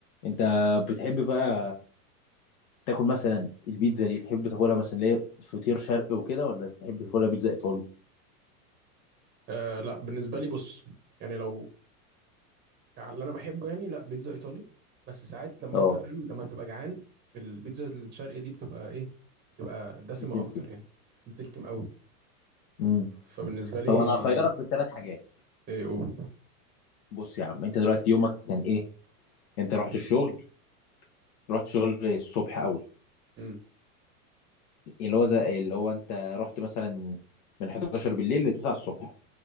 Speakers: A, on the left; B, on the right.
A: انت بتحب بقى تاكل مثلا البيتزا دي تحب تاكلها مثلا ليه فطير شرقي وكده ولا تحب تاكلها بيتزا ايطالي
B: آه لا بالنسبه لي بص يعني لو على اللي انا بحبه يعني لا بيتزا ايطالي بس ساعات لما
A: اه
B: انت فاهم لما تبقى جعان البيتزا الشرقي دي بتبقى ايه بتبقى دسمه
A: بتقول
B: اكتر
A: كده
B: يعني بتلكم قوي
A: امم
B: فبالنسبه لي
A: طب انا هخيرك بين ثلاث حاجات
B: ايه او
A: بص يا عم انت دلوقتي يومك كان ايه انت رحت
B: مم،
A: الشغل رحت الشغل الصبح قوي
B: مم،
A: اللي هو زي اللي هو انت رحت مثلا من 11 بالليل ل 9 الصبح